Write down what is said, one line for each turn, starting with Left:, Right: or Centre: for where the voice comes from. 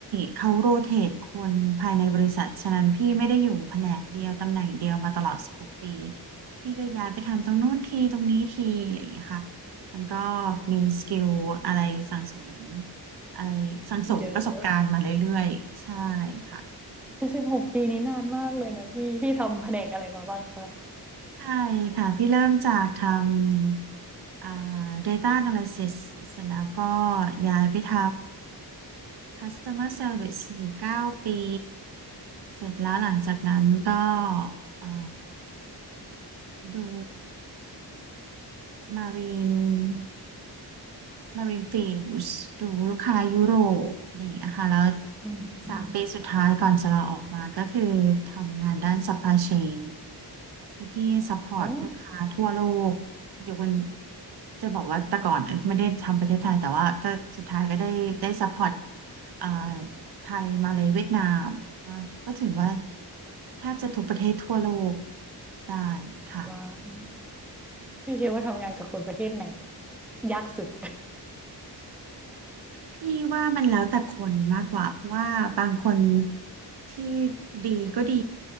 Right: เขาโรเตทคนภายในบริษัทฉะนั้นพี่ไม่ได้อยู่แผนกเดียวตำแหน่งเดียวมาตลอดสิบหกปีพี่ก็ย้ายไปทำตรงนู้นทีตรงนี้ทีอะไรอย่างเงี้ยค่ะมันก็มีสกิลอะไรสั่งสมอะไรสั่งสมประสบการณ์มาเรื่อยๆใช่
Centre: เยอะ
Right: ค่ะ
Centre: แต่สิบหกปีนี้นานมากเลยนะพี่พี่ทำแผนกอะไรมาบ้างคะ
Right: ใช่ค่ะพี่เริ่มจากทำอ่า Data Analysis เสร็จแล้วก็ย้ายไปท customer service อยู่เก้าปีเสร็จแล้วหลังจากนั้นก็เอ่อดู marine Marine Fields ดูลูกค้ายุโรปนี่นะคะแล้ว
Centre: อืมอืม
Right: สามปีสุดท้ายก่อนจะลาออกมาก็คือทำงานด้าน supply chain คือพี่ซัพพอร์ตลูกค้าทั่วโลก
Centre: อ๋อ
Right: ยกเว้นจะบอกว่าแต่ก่อนไม่ได้ทำประเทศไทยแต่ว่าก็สุดท้ายก็ได้ได้ซัพพอร์ตเอ่อไทยมาเลเวียดนามก็ก็ถือว่าแทบจะทุกประเทศทั่วโลกได้ค่ะ
Centre: ว้าวพี่คิดว่าทำงานกับคนประเทศไหนยากสุด
Right: พี่ว่ามันแล้วแต่คนมากกว่าเพราะว่าบางคนที่ดีก็ดี